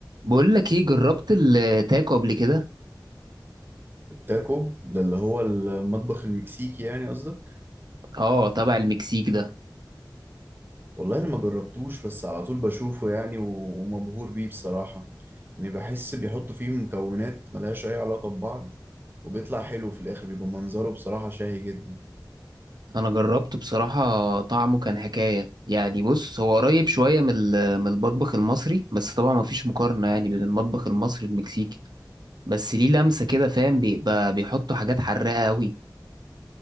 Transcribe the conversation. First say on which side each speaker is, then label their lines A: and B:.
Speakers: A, on the right (about 70°); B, on the right (about 30°).
A: بقول لك ايه جربت التاكو قبل كده
B: التاكو ده اللي هو المطبخ المكسيكي يعني قصدك
A: اه تبع المكسيك ده
B: والله انا ما جربتوش بس على طول بشوفه يعني و- ومبهور بيه بصراحة يعني بحس بيحطوا فيه مكونات ملهاش اي علاقة ببعض وبيطلع حلو في الاخر بيبقى منظره بصراحة شاهي جدا
A: انا جربته بصراحة طعمه كان حكاية يعني بص هو قريب شوية من ال- من المطبخ المصري بس طبعا مفيش مقارنة يعني بين المطبخ المصري والمكسيكي بس ليه لمسة كده فاهم بيبقى بيحطوا حاجات حراقة قوي